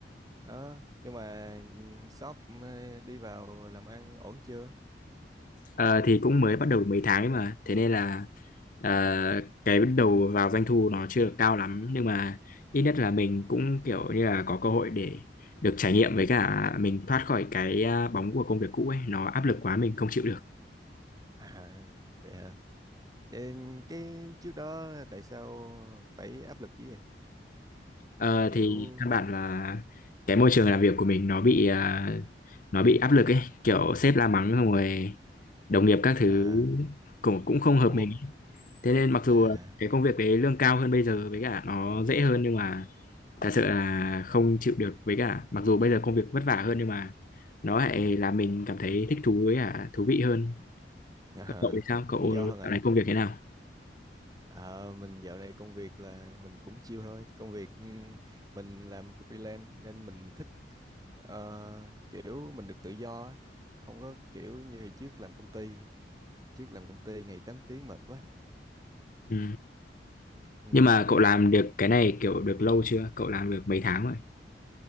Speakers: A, on the right (about 20°); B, on the left (about 50°).
A: Đó, nhưng mà ừ, shop ờ, đi vào làm ăn ổn chưa?
B: Ờ, thì cũng mới bắt đầu được mấy tháng ấy mà thế nên là ờ, cái bắt đầu vào doanh thu nó chưa được cao lắm nhưng mà ít nhất là mình cũng kiểu như là có cơ hội để được trải nghiệm với cả mình thoát khỏi cái à, bóng của công việc cũ ấy nó áp lực quá mình không chịu được
A: À vậy hả? Vậy cái trước đó tại sao phải áp lực dữ vậy?
B: Ờ,
A: Kiểu
B: thì căn bản là cái môi trường làm việc của mình nó bị à, nó bị áp lực ấy kiểu sếp la mắng xong rồi đồng nghiệp các thứ
A: À,
B: cũng cũng không
A: cũng
B: hợp mình
A: không-
B: thế nên mặc dù
A: à,
B: cái công việc đấy lương cao hơn bây giờ với cả nó dễ hơn nhưng mà thật sự là không chịu được với cả mặc dù bây giờ công việc vất vả hơn nhưng mà nó lại làm mình cảm thấy thích thú với cả thú vị hơn
A: à <laughs>
B: Còn cậu thì sao cậu
A: tự do hơn à.
B: dạo này công việc thế nào
A: Ờ, mình dạo này công việc là mình cũng chill thôi. Công việc ừm, mình làm freelance nên mình thích ờ, kiểu mình được tự do ấy. Không có kiểu như hồi trước làm công ty. Trước làm công ty ngày 8 tiếng mệt quá.
B: ừ.
A: Ừm,
B: nhưng mà cậu làm được cái này kiểu được lâu chưa cậu làm được mấy tháng rồi